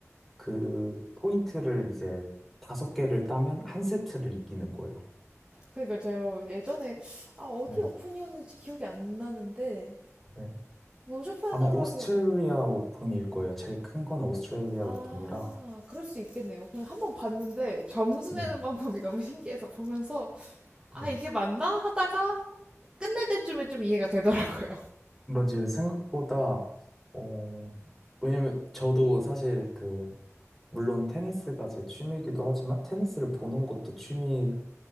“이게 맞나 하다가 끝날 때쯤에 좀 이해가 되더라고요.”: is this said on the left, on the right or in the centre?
Right